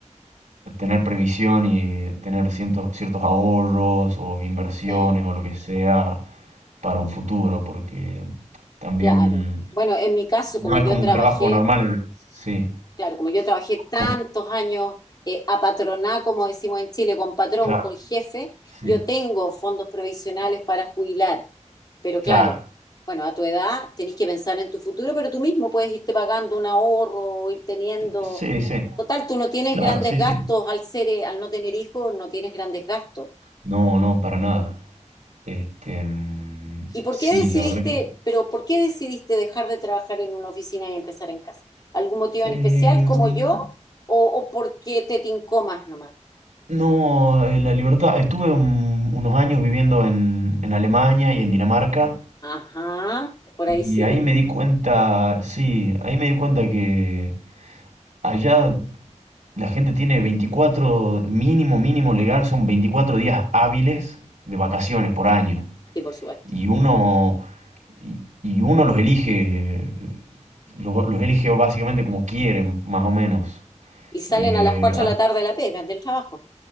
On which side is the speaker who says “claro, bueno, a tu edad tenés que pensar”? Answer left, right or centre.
Left